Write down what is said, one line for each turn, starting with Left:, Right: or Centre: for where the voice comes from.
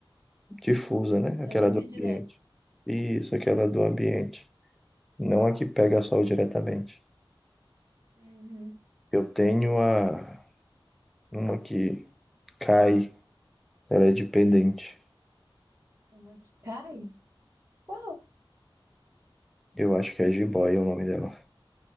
Centre: difusa, né? Aquela
Right: Da luz
Centre: do
Right: indireta.
Centre: ambiente. Isso, aquela do ambiente. Não a que pega sol diretamente.
Right: Uhum.
Centre: Eu tenho a uma que cai, ela é de pendente.
Right: Uma que cai? Qual?
Centre: Eu acho que é jiboia o nome dela.